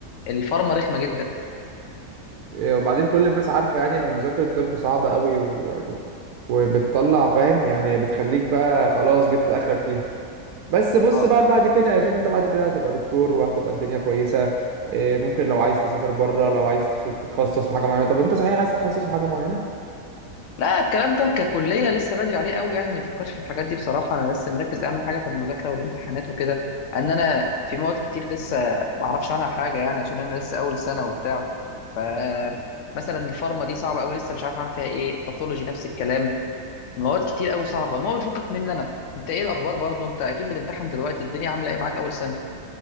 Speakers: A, on the left; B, on the right.
A: الفارما رخمه جدا
B: إيه، وبعدين كل الناس عارفه يعني ان مذاكره الطب صعبه قوي و... وبتطلع فاهم يعني بتخليك بقى خلاص جبت اخرك فيها بس بص
A: اه
B: بقى بعد كده يعني شوف انت بعد كده هتبقى دكتور وهتبقى الدنيا كويسة إيه، ممكن لو عايز تسافر بره لو عايز تش- تتخصص في حاجة معينة طب انت صحيح عايز تتخصص في حاجة معينة
A: لا الكلام ده ككلية لسه بدري عليه قوي يعني ما بفكرش في الحاجات دي بصراحة أنا لسه مركز أهم حاجة في المذاكرة والامتحانات وكده إن أنا في مواد كتير لسه ما أعرفش عنها حاجة يعني عشان أنا لسه أول سنة وبتاع ف مثلا الفارما دي صعبة قوي لسه مش عارف أعمل فيها إيه باثولوجي نفس الكلام مواد كتير قوي صعبة المهم بيفكك مني أنا أنت إيه الأخبار برضو أنت أكيد بتمتحن دلوقتي الدنيا عاملة إيه معاك أول سنة